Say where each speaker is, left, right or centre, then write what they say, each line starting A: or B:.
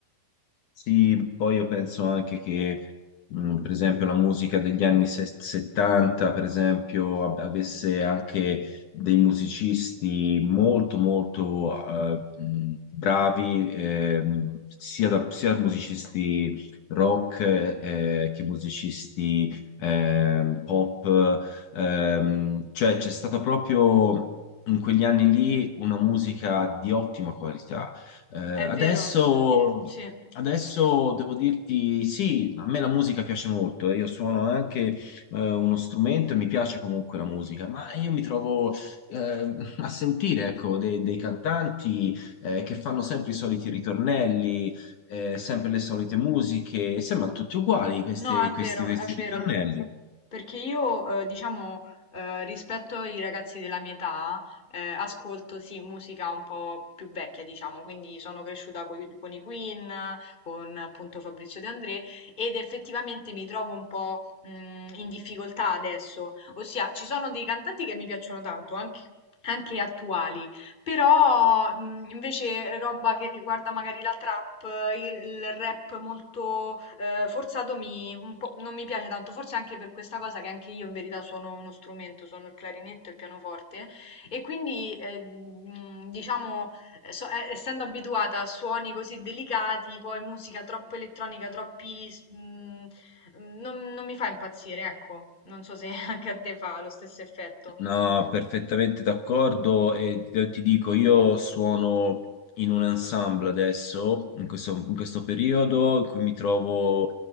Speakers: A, on the left; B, on the left.
A: Sì, poi io penso anche che, mh, per esempio, la musica degli anni se- 70, per esempio, ab- avesse anche dei musicisti molto, molto eh, mh, bravi, ehm, sia, da- sia musicisti rock eh, che musicisti ehm, pop. ehm, cioè, c'è stata proprio in quegli anni lì una musica di ottima qualità eh, adesso,
B: È vero? Sì.
A: adesso devo dirti, sì, a me la musica piace molto, eh, io suono anche eh, uno strumento e mi piace comunque la musica, ma io mi trovo eh, a sentire, ecco, dei, dei cantanti eh, che fanno sempre i soliti ritornelli, eh, sempre le solite musiche, e sembrano tutti uguali questi,
B: No, è vero,
A: questi, questi
B: è vero,
A: ritornelli.
B: perché io, eh, diciamo, eh, rispetto ai ragazzi della mia età, eh, ascolto, sì, musica un po' più vecchia, diciamo, quindi sono cresciuta coi- con, i Queen, con appunto Fabrizio De André, ed effettivamente mi trovo un po', mh, in difficoltà adesso, ossia ci sono dei cantanti che mi piacciono tanto, anche anche attuali, però, mhmm, invece roba che riguarda magari la trap, il il rap molto, ehm, forzato mi un po' non mi piace tanto, forse anche per questa cosa che anche io in verità suono uno strumento, suono il clarinetto e il pianoforte e quindi, ehm, mhmm, diciamo, ehm, so e essendo abituata a suoni così delicati, poi musica troppo elettronica, troppi s mhmm, mhmm, non non mi fa impazzire, ecco. Non so se <laughs> anche a te fa lo stesso effetto.
A: No, perfettamente d'accordo e ti ti dico, io suono in un ensemble adesso, in questo, in questo periodo, in cui mi trovo